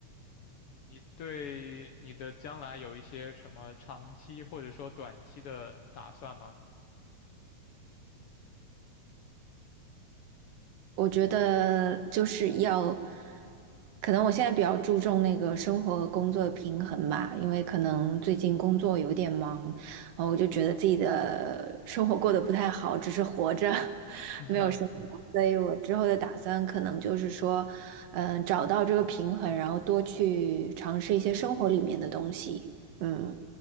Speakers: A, on the left (about 65°); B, on the right (about 65°).
A: 嗯你对你的将来有一些什么长期或者说短期的打算吗？
B: 我觉得就是要，可能我现在比较注重那个生活和工作的平衡吧，因为可能最近工作有点忙，然后我就觉得自己的 <laughs> 生活过得不太好，只是活着，<laughs>
A: <laughs>
B: 没有生活，所以我之后的打算可能就是说，嗯，找到这个平衡，然后多去尝试一些生活里面的东西，嗯，